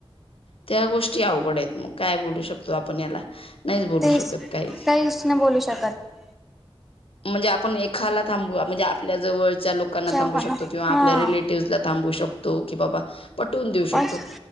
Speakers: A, on the left; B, in the centre.
A: त्या गोष्टी अवघड आहेत. मग काय बोलू शकत. आपण याला नाहीच बोलू
B: तेच
A: शकत काही
B: काहीच नाही बोलू शकत
A: म्हणजे आपण एखा थांबू म्हणजे आपल्या जवळ लोकां
B: शेवकांना
A: थांबू शकतो किंवा आपल्या
B: हा
A: रिलेटिव्ह ला थांबू शकतो. तो कि बाबा पटवून देऊ
B: बस
A: शकतो